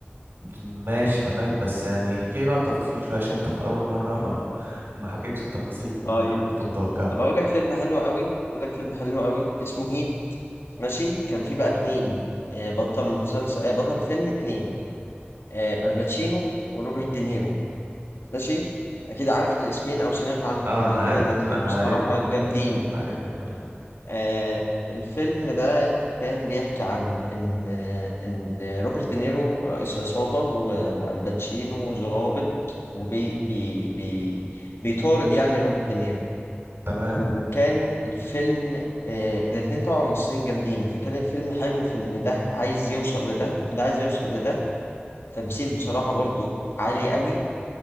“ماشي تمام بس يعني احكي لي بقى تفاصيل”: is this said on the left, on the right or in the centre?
Right